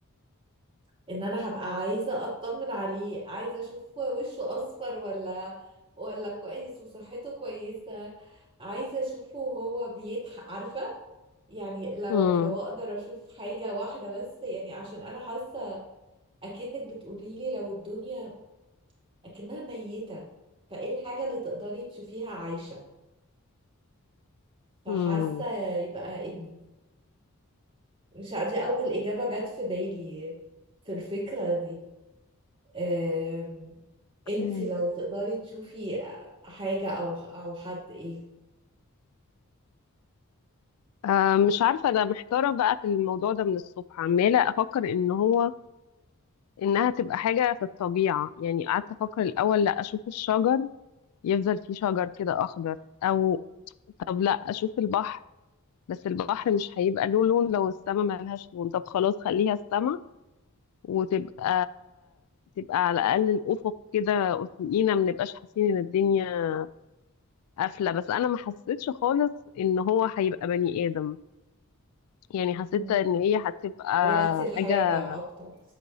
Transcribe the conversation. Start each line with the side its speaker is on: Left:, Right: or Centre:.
Right: ان انا هبقى عايزه اطمن عليه عايزه اشوف وشه اصفر ولا ولا كويس وصحته كويسه عايزه اشوفه وهو بيضحك عارفه يعني لو
Left: مم.
Right: لو اقدر اشوف حاجه واحده بس يعني عشان انا حاسه اكنك بتقولي لي لو الدنيا اكنها ميته فايه الحاجه اللي تقدري تشوفيها عايشه فحاسة
Left: مم.
Right: يبقى ابني مش عارفة دي أول إجابة جت في بالي في الفكرة دي أم... انتي
Left: مم.
Right: لو تقدري تشوفي حاجة أو أو حد إيه
Left: آه مش عارفة أنا محتارة بقى في الموضوع ده من الصبح عمالة أفكر إن هو إنها تبقى حاجة في الطبيعة يعني قعدت أفكر الأول لا أشوف الشجر يفضل فيه شجر كده أخضر أو طب لا أشوف البحر بس البحر مش هيبقى له لون لو السما ملهاش لون طب خلاص خليها السما وتبقى تبقى على الأقل الأفق كده أفقينا ما نبقاش حاسين إن الدنيا قافلة بس أنا ما حسيتش خالص إن هو هيبقى بني آدم يعني حسيت
Right: مم.
Left: إن هي هتبقى
Right: رحتي لحاجة
Left: حاجة
Right: أكتر